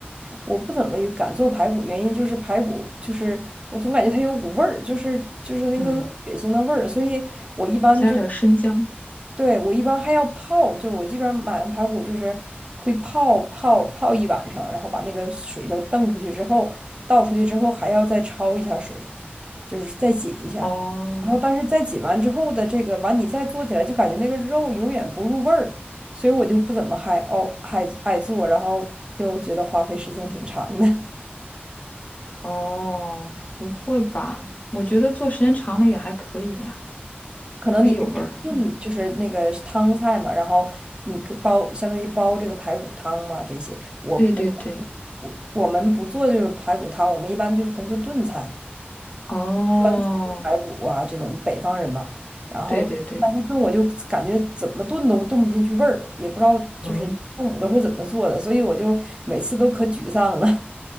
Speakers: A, on the right; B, on the left.
A: 我不怎么有敢做排骨，原因就是排骨就是我总感觉它有股味儿，就是就是那个有血腥的味儿，
B: 嗯。
A: 所以我一般。
B: 加点儿生姜。
A: 就。对，我一般还要泡，就是我基本上买完排骨就是会泡泡泡一晚上，然后把那个水都瞪出去之后，倒出去之后还要再焯一下水，就是再紧一下。
B: 哦
A: 然后但是再紧完之后的这个完你再做起来就感觉那个肉永远不入味儿，所以我就不怎么还哦还爱做，然后又觉得花费时间挺长的。
B: 哦，不会吧？我觉得做时间长了也还可以呀、
A: 可能你就是炖，
B: 可以有味儿。嗯，
A: 就是那个是汤菜嘛，然后你可煲，相当于煲这个排骨汤嘛，这些我我
B: 对对对，
A: 我我们不做就是排骨汤，我们一般就是都是炖菜，
B: 哦，
A: 酸菜排骨啊这种北方人嘛，然后但是炖我就感觉怎么炖都炖不进去味儿，
B: 对对对，
A: 也不知道就是父母都是怎么做的，
B: 嗯，
A: 所以我就每次都可沮丧了，